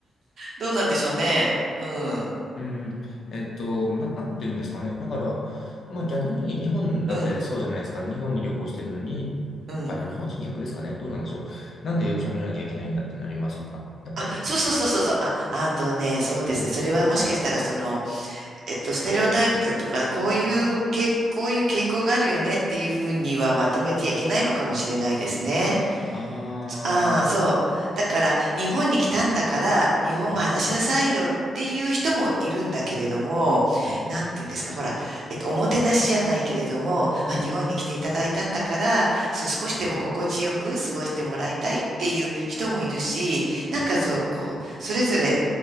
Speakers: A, on the right; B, on the left.
A: どうなんでしょうね。うん、
B: うん。えっと、な、なんていうんですかね。だから、まあ、逆に日本だってそうじゃないですか。
A: うん、
B: 日本に旅行してるのに、
A: うん。
B: あの、日本人逆ですかね。どうなんでしょう。なんで英語喋らなきゃいけないんだってなりませんかやっぱり。
A: あ、そうそうそうそうそう。あ、あとね、そうですね。
B: うん。
A: それはもしかしたら、その、えっと、ステレオタイプとか、こういう傾、こういう傾向があるよねっていうふうにはまとめてはいけないのかもしれないですね。
B: あ
A: ああ、
B: ー、
A: そう。だから、日本に来たんだから、日本語話しなさいよっていう人もいるんだけれども、
B: はい、はい、
A: なんていうんですか、ほら、えっと、おもてなしじゃないけれども、まあ、
B: はい、
A: 日本に来ていただいたんだから、そう、少しでも心地よく過ごしてもらいたいっていう人もいるし、なんかそう、
B: はい。
A: こう、それぞれ